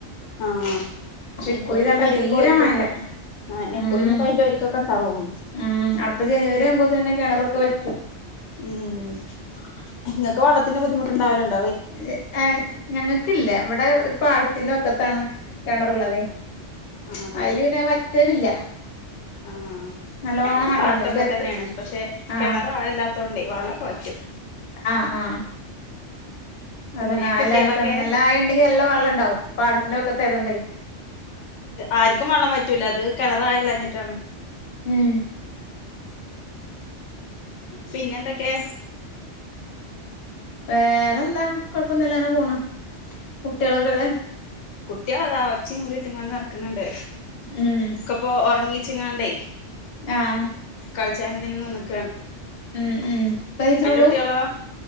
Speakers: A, on the left (about 80°); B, on the left (about 50°).
A: ആഹ്
B: ഇക്കുറി
A: ഇക്കുറിക്ക്
B: ദാണ്ട
A: ഇപ്പം അയീന്റെയൊക്കെ
B: തീരെ
A: ഒരുക്കൊണ്ടാവും.
B: മഴല്ല ഉം
A: ഇക്കുറി ഇനീപ്പോ അതിന്റെ ഒരുക്കം ഒക്കെ ഒണ്ടാവും.
B: ഉം അടുത്ത ജനുവരി ആവുമ്പോ തന്നെ കെറൊക്കെ വറ്റും.
A: ഉം ഇങ്ങക്ക് വെള്ളത്തിന്റെ ബുദ്ധിമുട്ട് ഒണ്ടാവല്ണ്ടോ?
B: <unintelligible> ഏഹ് ഞങ്ങക്കില്ല. ഇവടെ ഒരു പാടത്തിന്റെ വക്കത്താണ് കെണറുള്ളതേ.
A: ആഹ്
B: അയില് പിന്നെ വറ്റലില്ല.
A: ആഹ് <unintelligible>
B: നല്ലോണം
A: ഞങ്ങളും
B: വെള്ളണ്ട്
A: പാടത്തൊക്കെ
B: ഇനി എത്ര
A: തന്നെയാണ് പക്ഷെ
B: ആഹ്
A: കെണറ് ആഴല്ലാത്തോണ്ടെ വെള്ളോക്കെ വറ്റും.
B: ആഹ് ആഹ്
A: പിന്നെ
B: അതാണ്. ആയയില്ലാഞ്ഞിട്ടാണ്.
A: കുട്ടികളൊക്കെ
B: നല്ല ആയയുണ്ടങ്കിൽ നല്ല വെള്ളം ഉണ്ടാവും പാടത്തിന്റെ വക്കത്ത് ആയോണ്ടേ.
A: ആര്ക്കും വെള്ളം വറ്റൂല. അത് കെണറ് ആയയില്ലാഞ്ഞിട്ടാണ്.
B: ഉം
A: പിന്നെന്തൊക്കെ?
B: വേറെന്താ? കൊഴപ്പൊന്നുല്ലാതെ ഇങ്ങനെ പോണ്. കുട്ടികളൊക്കെ എവിടെ?
A: കുട്ട്യോളതാ ഒച്ചേം വിളീം ഇട്ട്കാണ്ട് നടക്കുന്ന്ണ്ട്-
B: ഉം
A: ഒക്കെ ഇപ്പോ ഒറങ്ങിയേച്ചങ്ങാണ്ടെ.
B: ആഹ് ആഹ്
A: <unintelligible>
B: ഉം ഉം കയിച്ചണൂള്ളു
A: അന്റെ കുട്ടികളോ